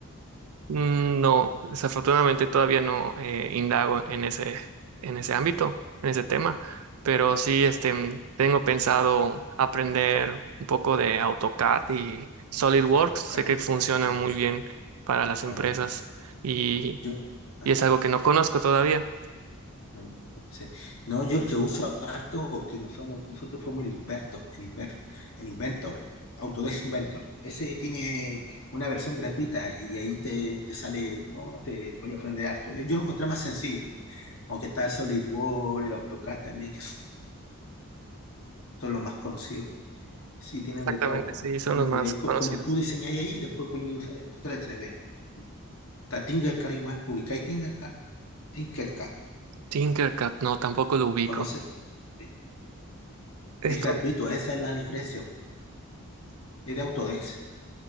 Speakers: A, on the right; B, on the left.
A: Mm, No, desafortunadamente todavía no eh, indago en ese, en ese ámbito, en ese tema, pero sí este, mm, tengo pensado aprender un poco de AutoCAD y SolidWorks.
B: AutoCAD.
A: Sé que funciona
B: Mm,
A: muy bien para las empresas.
B: Ah, sí.
A: Y
B: Yo, ah,
A: Y es algo que no conozco todavía.
B: mm, sí. No, yo el que uso harto, o que nos fuimos- nosotros fuimos el Inverto, el, Inver- el Inventor, Autodesk Inventor. Ese tiene una versión gratuita y ahí te, te sale, no, te voy a aprender harto. Yo lo encontré más sencillo, aunque está el SolidWorks, el AutoCAD también, que son los más conocidos. Sí, tienen
A: Exactamente,
B: de todo, po.
A: sí, son
B: Son
A: los más
B: de ahí,
A: conocidos.
B: co- con, el, tú diseñáis ahí y después puedes usar la impresora tres d Está Tinkercad igual, ubicáis Tinkercad. Tinkercad,
A: Tinkercad, no, tampoco lo ubico.
B: ¿conoces? Sí.
A: Esto,
B: Es gratuito, esa es la diferencia. po. Es de Autodesk.